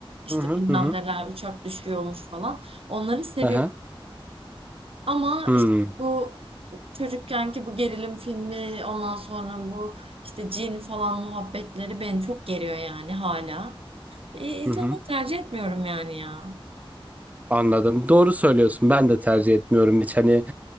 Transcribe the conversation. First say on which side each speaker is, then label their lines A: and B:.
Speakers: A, on the right; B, on the right.
A: işte
B: Hı hı.
A: bilmem
B: Hı hı.
A: neler uçak düşüyormuş falan. Onları seviyorum.
B: Aha.
A: Ama
B: Hı.
A: işte bu çocukkenki bu gerilim filmi ondan sonra bu işte cin falan muhabbetleri beni çok geriyor yani hala. E, izlemeyi
B: Hı hı.
A: tercih etmiyorum yani ya.
B: Anladım. Doğru söylüyorsun. Ben de tercih etmiyorum hiç. Hani